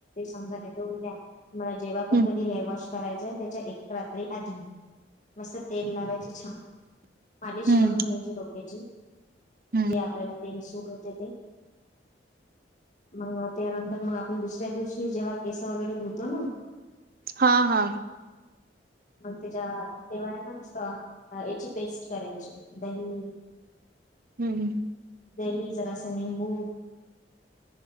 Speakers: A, on the left; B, on the right.
A: समजा्याला जव्हा पण
B: हम्म
A: कधश करायच त्याच्या एक रात्री आधी मस्त तेल लावायच छान मालिश
B: हम्म
A: करून घ्यायची डोक्याची
B: हम्म
A: जे आपल्याला पेन सूट होते ते मग त्यानंतर मग आपण दुसऱ्या दिवशी जेव्हा केस वगैरे धुतो ना
B: हा, हा.
A: मग त्याच्या तेव्हा आहे ना, मस्त. हा, हेची पेस्ट करायची दही
B: हम्म.
A: दही, जरासा निंबू